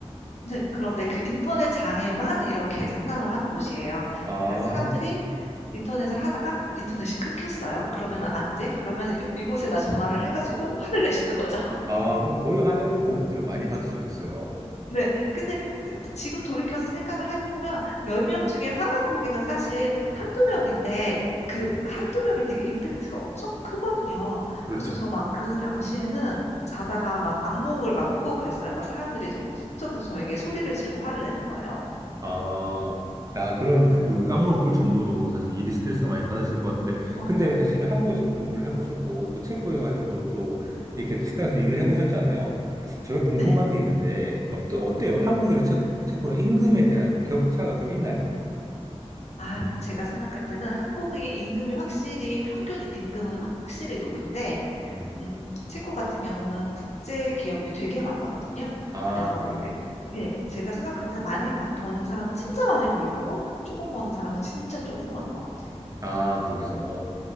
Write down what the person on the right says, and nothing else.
아,
네.
아, 그럼 거의 화내는 고객들을 많이 받으셨겠어요.
음,
그렇죠.
아, 야, 그런
그 악몽을 꿀 정도로 사실 일이 스트레스 많이 받으실 것 같은데.
근데 사실은 한국에서도 근무를 해보셨고, 또 체코에 가셔도 또 이렇게 또 식당에서 일을 해보셨잖아요. 제가 궁금한
게 있는데, 어떠, 어때요? 한국이랑 체, 체코랑 임금에 대한 격차가 좀 있나요?
음,
아,
그래요?
아, 거기서.